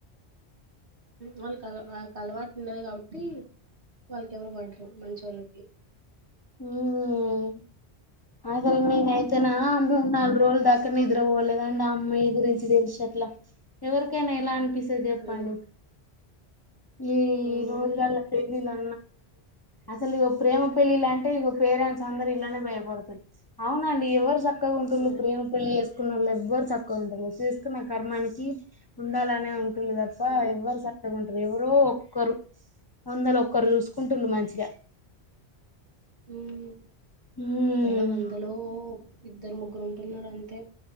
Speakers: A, on the right; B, on the left.
A: వాళ్ళకిల అలవాటు ఉండేది కాబట్టి వాళ్ళకి ఎవరు పడరు మంచివాళ్ళకి
B: హమ్ అసలు నేనైతే నా అమ్మాయి నాలుగు రోజుల దాకానే నిద్ర పోలేదండి ఆ అమ్మాయి గురించి తెలిసి అట్లా ఎవరికైనా ఎలా అనిపిస్తు జెప్పండి
A: హ్మ్.
B: ఈ
A: హ్మ్.
B: రోజుగార్ల పెళ్లిలా అసలు ప్రేమపెళ్లి లాంటి పేరెంట్స్ అందరు ఇలానే భయపడుతుంది అవునండి ఎవరు సక్క ఉంటుది
A: అవును.
B: ప్రేమ పెళ్లిస్త కున్న వాళ్ ఎవ్వరు చక్కవ ఉంటారు చేసుకున్న కర్మానికి ఉండాలనే ఉ దప్పా
A: హ్మ్.
B: ఎవ్వరు సక్కకొంట అర ఎవరో ఒక్కరు వందలో ఒ ఒకరు చూసుకుంటుళు మంచిగ
A: హమ్
B: హ్మ్
A: ఇడ వందలో ఇద్దరు ముగ్గురు ఉంటున్నారు అంతే